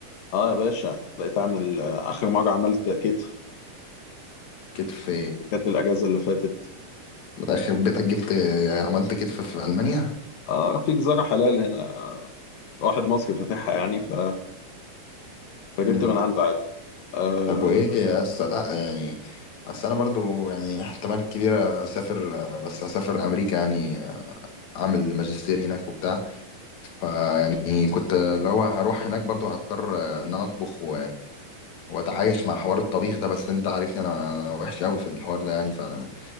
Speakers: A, on the left; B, on the left.
A: اه يا باشا بقيت اعمل آه اخر مرة عملت كتف
B: كتف
A: كانت الاجازة اللي فاتت
B: اخر بيتك جبت آه، عملت كتف في ألمانيا
A: اه في جزارة حلال هنا آه، واحد مصري فاتحها يعني ف... فجبت
B: مم.
A: من عنده عادي آه
B: طب وايه يا اسطى لا يعني بس انا برضو يعني احتمال كبير اسافر آه، بس اسافر امريكا يعني آه، اعمل ماجستير هناك وبتاع فيعني كنت اللي هو اروح هناك برضو هضطر آه، ان انا اطبخ واتعايش مع حوار الطبيخ ده بس انت عارفني انا انا وحش قوي في الحوار ده يعني فانا